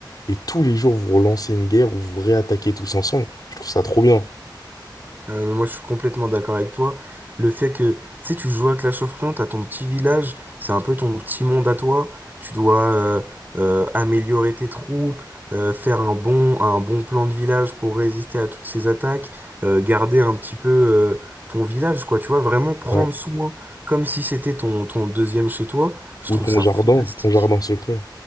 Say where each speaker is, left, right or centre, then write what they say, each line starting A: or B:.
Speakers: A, on the left; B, on the right.
A: et tous les jours vous relancez une guerre ou vous réattaquez tous ensemble. Je trouve ça trop bien.
B: Euh, moi, je suis complètement d'accord avec toi. Le fait que, tu sais, tu joues à Clash of Clans, t'as ton petit village, c'est un peu ton petit monde à toi. Tu dois euh, euh, améliorer tes troupes, euh, faire un bon, un bon plan de village pour résister à toutes ces attaques, euh, garder un petit peu euh, ton village, quoi. Tu vois, vraiment prendre
A: Ouais.
B: soin, comme si c'était ton, ton deuxième chez toi. Je
A: Ou
B: trouve
A: ton
B: ça
A: jardin,
B: fantastique.
A: ton jardin secret.